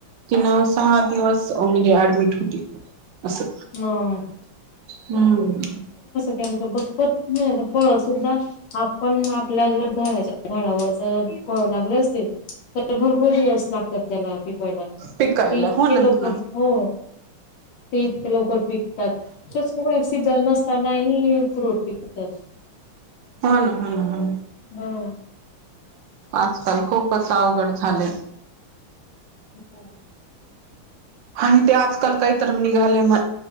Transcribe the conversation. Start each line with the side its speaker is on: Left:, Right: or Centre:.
Right: तिन स - सहा दिवस म्हणजे ऍडमिट होती असं
Left: म
Right: हम्म
Left: <unintelligible> <unintelligible> फळ सुद्धा आपण आपल्या ज झाच्या झाडावर - <unintelligible> फळं लागलय असे भुरपूर जास् लागतात तेला ते पयला
Right: पिकायला
Left: ते इतके
Right: हो ना
Left: लवकर
Right: ना
Left: हो ते इतके लवकर पिकतात होय सीजन् नसतानाही फ्रुट पिकतात
Right: हो ना हो ना हो
Left: हम
Right: आजकाल खूपच अवघड झाले
Left: <inaudible>
Right: आणि ते आजकाल काहीतरी निघाले म